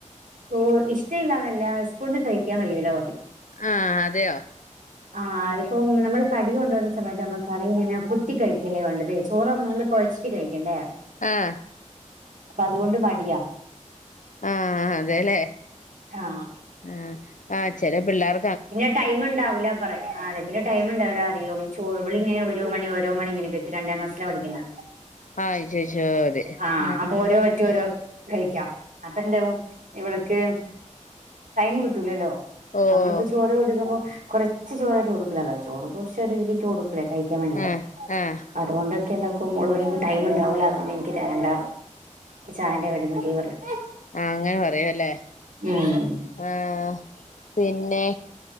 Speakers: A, on the right (about 80°); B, on the left (about 75°).
A: ഓ ഇഷ്ട ഇല്ലാന്നല്ല സ്കൂളിന് കഴിക്കാൻ കഴിയില്ല
B: ആ അതെയോ
A: ആഹ് അതിപ്പോം നമ്മള് കടി കൊണ്ടുവന്ന സമയത്ത് നമ്മക്ക് കറിങ്ങനെ കുത്തി കഴിക്കല്ലേ വേണ്ടത് ചോറ്നമ്മ കൊഴച്ചിട്ട് കഴിക്കണ്ടേ
B: ആഹ്
A: അപ്പൊ അതുകൊണ്ട് മടിയാ
B: ആ അതേല്ലേ
A: ആഹ്
B: ആ ആ ചെല പിള്ളേർ
A: പിന്നെ ടൈം ഉണ്ടാവില്ലാ പറയാ അതേ പിന്ന ടൈം ഉണ്ടാവില്ല അറിയും ഇവളിങ്ങനെ ഓരോ മണി ഓരോ മണിങ്ങനെ രണ്ടാം ക്ലാസിലാ പഠിക്കണേ
B: ആഹ് അയ്യയ്യോ അതെ
A: ആ
B: ആഹ്
A: അപ്പൊ ഓരോ പറ്റ് ഓരോ പ കഴിക്കാം അപ്പ ന്താവും ഇവൾക്ക് ടൈം കിട്ടൂലല്ലോ
B: ഓഹ്
A: നമ്മളിപ്പോ ചോറ് കൊടുക്കുമ്പോ കൊറച്ച് ചോറായിട്ട് കൊടുക്കൂലല്ലോ ചോറ് കുറച്ച് ഒരു രീതിക്ക് കൊടുക്കും കഴിക്കാൻ വേണ്ടീട്ട്
B: ആഹ് ആഹ്
A: അതുകൊണ്ടൊക്കെ ന്താ ക്കും ടൈം ഇണ്ടാവൂല്ലോ അതുകൊണ്ട് എനിക്ക് തരണ്ടാ എനിക്ക്ചായേന്റെ കടി മതി പറയും
B: ആഹ് അങ്ങനെ പറയുവല്ലേ
A: ഉം
B: ആഹ് പിന്നെ